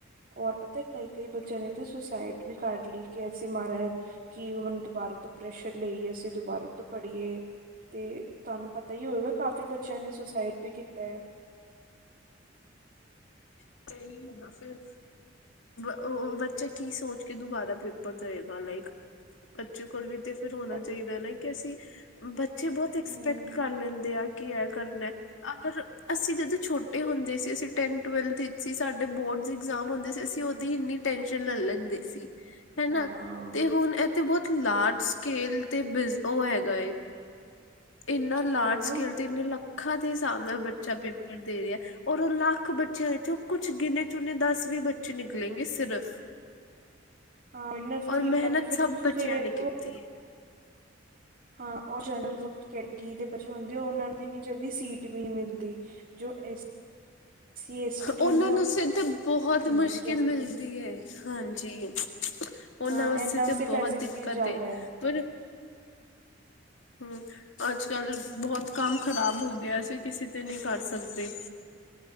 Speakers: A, on the right (about 45°); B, on the left (about 80°).
A: ਹੋਰ ਪਤਾ ਕਈ- ਕਈ ਬੱਚਿਆਂ ਨੇ ਤੇ ਸੁਸਾਈਡ ਵੀ ਕਰ ਲਈ ਕਿ ਅਸੀਂ ਮਾਰਾ ਕਿ ਹੁਣ ਦੁਬਾਰਾ ਤੋਂ ਪ੍ਰੈਸ਼ਰ ਲਈਏ ਅਸੀਂ ਦੁਬਾਰਾ ਤੋਂ ਪੜੀਏ। ਤੇ ਤੁਹਾਨੂੰ ਪਤਾ ਹੀ ਹੋਵੇਗਾ ਕਾਫ਼ੀ ਬੱਚਿਆਂ ਨੇ ਸੁਸਾਈਡ ਵੀ ਕੀਤਾ ਏ।
B: ਸਹੀ ਹੁੰਦਾ ਫਿਰ। ਉਹ ਬੱਚਾ ਕੀ ਸੋਚ ਕੇ ਦੁਬਾਰਾ ਪੇਪਰ ਦੇਵੇਗਾ ਲਾਈਕ ਬੱਚੇ ਕੋਲ ਵੀ ਤੇ ਫਿਰ ਹੋਣਾ
A: ਪਰ
B: ਚਾਹੀਦਾ ਹਨ ਨਾ ਕਿ ਅਸੀਂ ਬੱਚੇ ਬਹੁਤ ਐਕਸਪੈਕਟ
A: ਹਮ
B: ਕਰ ਲੈਂਦੇ ਆ ਕੀ ਐ ਕਰਨਾ। ਅਗਰ ਅਸੀਂ ਜਦੋਂ ਛੋਟੇ ਹੁੰਦੇ ਸੀ ਅਸੀਂ ਟੈਨ ਟਵਲਥ ਸੀ ਸਾਡੇ ਬੋਰਡਜ਼ ਇਗਜ਼ਾਮ ਹੁੰਦੇ ਸੀ ਅਸੀਂ ਉਹਦੀ ਇੰਨੀ ਟੈਨਸ਼ਨ ਲੈ ਲੈਂਦੇ ਸੀ। ਹਨਾ
A: ਹਾਂ
B: ਤੇ ਹੁਣ ਤੇ ਬਹੁਤ ਲਾਰਜ ਸਕਿਲ ਤੇ ਬਿਜ ਉਹ ਹੈਗਾ ਏ। ਇੰਨਾ ਲਾਰਜ
A: ਉਹੀ ਨਾ
B: ਸਕੇਲ ਤਿੰਨ ਲੱਖਾਂ ਦੇ ਹਿਸਾਬ ਨਾਲ ਬੱਚਾ ਪੇਪਰ ਦੇ ਰਿਹਾ ਔਰ ਉਹ ਲੱਖ ਬੱਚਿਆਂ ਵਿੱਚੋਂ ਕੁਛ ਗਿਣੇ ਚੁਣੇ ਦਸ ਵੀਹ ਬੱਚੇ ਨਿਕਲੇਗੇ ਸਿਰਫ
A: ਹਾਂ ਉਹੀ ਨਾ ਸੀਟਾਂ
B: ਔਰ ਮਿਹਨਤ
A: ਵੀ ਫਿਰ
B: ਸਭ
A: ਤੁਸੀਂ
B: ਬੱਚਿਆਂ
A: ਵੇਖੋ
B: ਨੇ ਕੀਤੀ ਏ।
A: ਹਾਂ ਓ ਜਨਰਲ ਵ ਕੈਟੇਗਰੀ ਦੇ ਬੱਚੇ ਹੁੰਦੇ ਉਹਨਾਂ ਨੂੰ ਤੇ ਇੰਨੀ ਜਲਦੀ ਸੀਟ ਵੀ ਨਹੀਂ ਮਿਲਦੀ। ਜੋ ਐਸ ਸੀ ਐਸ ਟੀ
B: ਉਹਨਾਂ
A: ਹੁੰਦੇ
B: ਨੂੰ ਸਿਰਧ ਬਹੁਤ
A: ਉਹਨਾਂ
B: ਮੁਸ਼ਕਿਲ
A: ਨੂੰ ਜਲਦੀ
B: ਮਿਲਦੀ ਹੈ ਹਾਂਜੀ। ਉਹਨਾਂ
A: ਹਾਂ
B: ਵਾਸਤੇ
A: ਇਹਨਾਂ
B: ਤੇ ਬਹੁਤ
A: ਫੈਸਿਲਿਟੀਜ਼
B: ਦਿੱਕਤ
A: ਜ਼ਿਆਦਾ ਹੈ
B: ਪਰ ਹੂੰ ਅੱਜ ਕੱਲ੍ਹ ਬਹੁਤ ਕੰਮ ਖ਼ਰਾਬ ਹੋ ਗਿਆ ਅਸੀਂ ਕਿਸੇ ਤੇ ਨਹੀਂ ਕਰ ਸਕਦੇ।